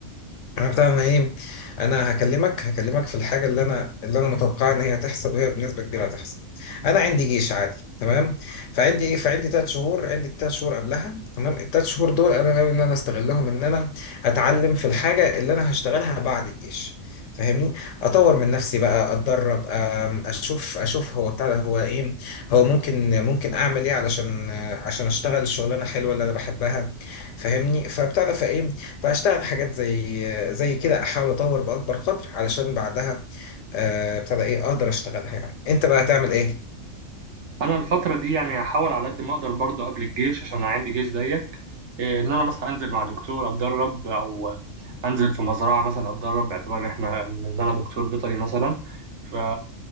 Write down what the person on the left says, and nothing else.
عرفت انا ايه انا هكلمك هكلمك في الحاجه اللي انا اللي انا متوقعها ان هي تحصل وهي بنسبه كبيره هتحصل انا عندي جيش عادي تمام فعندي ايه فعندي ثلاث شهور عندي ثلاث شهور قبلها تمام الثلاث شهور دول انا ناوي ان انا استغلهم ان انا اتعلم في الحاجه اللي انا هشتغلها بعد الجيش فاهمني اطور من نفسي بقى اتدرب أم، اشوف اشوف هو بتاع ده، هو ايه هو ممكن ممكن اعمل ايه علشان آه، عشان اشتغل الشغلانه حلوه اللي انا بحبها فاهمني فبتاع ده فايه فاشتغل في حاجات زي زي كده احاول اطور باكبر قدر علشان بعدها آه، ابتدى ايه اقدر اشتغلها يعني انت بقى هتعمل ايه